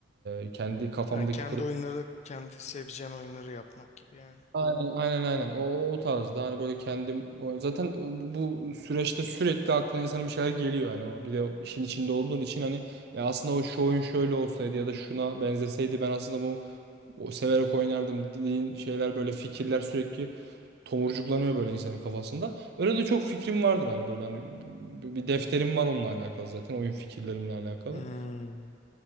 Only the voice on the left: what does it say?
Yani kendi oyunları, kendi seveceğin oyunları yapmak gibi yani.
Hmm.